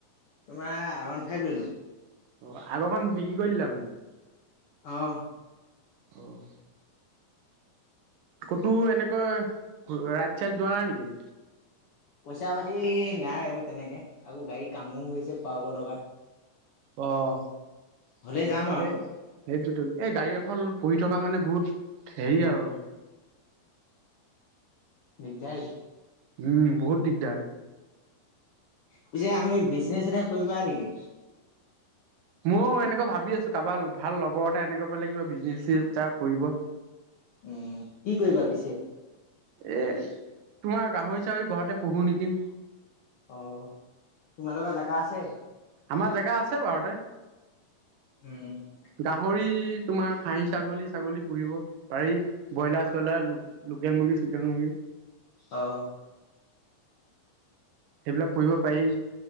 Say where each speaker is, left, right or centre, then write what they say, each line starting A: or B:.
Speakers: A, on the left; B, on the right.
A: তোমাৰ আৰ অন ফাইভ ল'লোঁ।
B: অ', আগৰখন বিক্ৰী কৰি দিলা মানে?
A: অ'।
B: অঁ অঁ! ক'তো এনেকৈ ৰাইত চাইড যোৱা নাই নেকি?
A: পইচা পাতি নাই আও তেনেকে আকৌ গাড়ী কামো হৈছে কৰাৱাব লগা।
B: অঁ
A: হলে যাম আৰু
B: সেই- সেইটোতো এই গাড়ী এখন পঢ়ি থকা মানে বহুত হেৰি আৰু।
A: দিগদায়।
B: উমঁ বহুত দিগদাৰ।
A: পিছে আমি বিজনেচ এটা কৰিবা নেকি?
B: ময়ো এনেকুৱা ভাবি আছো কাৰোবাৰ ভাল লগৰ এটা এনেকুৱা প কিব বিজনেচ এ কৰিব।
A: উমঁ কি কৰিবা পিছে-
B: এ তোমাৰ গাহৰি চাহৰি ঘৰতে পঢ়ো নেকি।
A: অঁ তোমালোকৰ জেগা আছে।
B: আমাৰ জেগা আছে বাৰুতে-
A: উমঁ!
B: গাহৰি তোমাৰ খাহী ছাগলী ছাগলী পুহিব। পাৰি ব্ৰইলাৰ চ্ৰলাৰ লোকেল মুৰ্গী চোকেল মুৰ্গী।
A: অঁ!
B: সেইবিলাক পোহিব পাৰি।